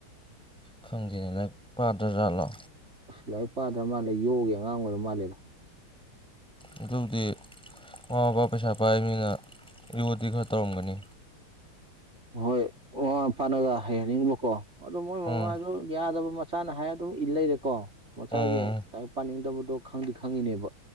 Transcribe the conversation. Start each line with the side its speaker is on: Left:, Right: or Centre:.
Centre: ꯈꯪꯗꯦꯅꯦ ꯂꯥꯏ ꯄꯥꯗ꯭ꯔꯖꯥꯠꯂꯣ
Right: ꯑꯁ ꯂꯥꯏꯔꯤꯛ ꯄꯥꯗ꯭ꯔꯅ ꯃꯥꯜꯂꯦ ꯌꯣꯒꯒꯤ ꯑꯉꯥꯡ ꯑꯣꯏ ꯃꯥꯜꯂꯦꯅ
Centre: ꯑꯗꯨ ꯍꯧꯗꯤ ꯃꯃꯥ ꯃꯄꯥ ꯄꯩꯁꯥ ꯄꯥꯏ ꯃꯤꯅ ꯌꯨꯗꯤ ꯈꯔ ꯇꯧꯔꯝꯒꯅꯤ
Right: ꯍꯣꯏ ꯑꯣ ꯐꯅꯒ ꯍꯩꯍꯟꯅꯤꯡꯉꯤꯕꯀꯣ ꯑꯗꯣ ꯃꯣꯏ
Centre: ꯎꯝ
Right: ꯃꯃꯥꯗꯣ ꯌꯥꯗꯕ ꯃꯆꯥꯅ ꯍꯥꯏꯔ ꯑꯗꯨꯝ ꯏꯜ ꯂꯩꯔꯦꯀꯣ ꯃꯆꯥꯒꯤ
Centre: ꯎꯝ
Right: ꯂꯥꯏꯔꯤ ꯄꯥꯅꯤꯡꯗꯕꯗꯣ ꯈꯪꯗꯤ ꯈꯪꯉꯤꯅꯦꯕ